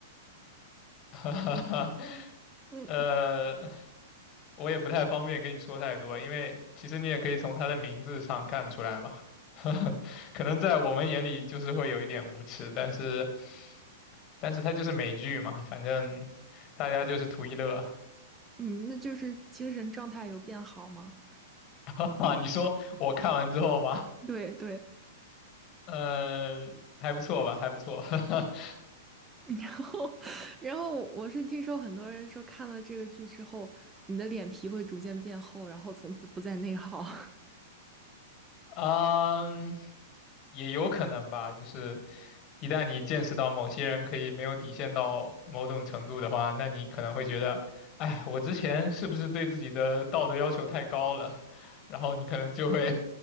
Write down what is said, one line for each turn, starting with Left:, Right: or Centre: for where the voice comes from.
Left: <laughs> 哈哈哈，
Right: 嗯
Left: 呃，我也不太方便跟你说太多，因为其实你也可以从他的名字上看出来嘛。<laughs> 可能在我们眼里就是会有一点无耻，但是但是他就是美剧嘛，反正大家就是图一乐。
Right: 嗯，那就是精神状态有变好吗？
Left: <laughs> 哈你说我看完之后吗？
Right: 对对，
Left: 呃，还不错吧，还不错。<laughs>
Right: <laughs> 然后然后我是听说很多人说看了这个剧之后，你的脸皮会逐渐变厚，然后从此不再内耗。<laughs>
Left: 嗯，也有可能吧，就是一旦你见识到某些人可以没有底线到某种程度的话，那你可能会觉得，哎，我之前是不是对自己的道德要求太高了？然后你可能就会